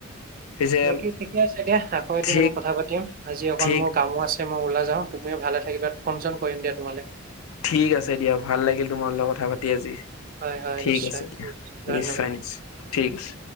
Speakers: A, on the left; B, on the right.
A: পিছে
B: বাকী ঠিকে আছে দিয়া আকৌ এদিন
A: ঠিক
B: মই কথা পাতিম। আজি অকণ
A: ঠিক
B: মোৰ কামো আছে মই ওলাইা যাওঁ তুমিও ভালে থাকিবা ফোন চোন কৰিম দিয়া তোমালে।
A: ঠিক আছে দিয়া ভাল লাগিল তোমাৰ লগত কথা পাতি আজি।
B: হয় হয়
A: ঠিক
B: নিশ্চয়
A: আছে দিয়া
B: ধন্যবাদ।
A: নিশ্চয় নিশ্চয় ঠিক আছে।